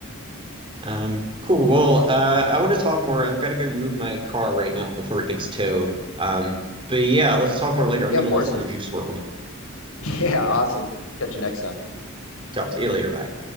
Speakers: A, on the right; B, on the left.
A: Um, cool. Well, uh, I want to talk more. I've got to go move my car right now before it gets towed. Um, but yeah, let's talk more later. I'm
B: Yeah,
A: going
B: of
A: to
B: course.
A: listen to Juice World.
B: <laughs> Yeah, awesome. Catch you next time.
A: Talk to you later. Bye.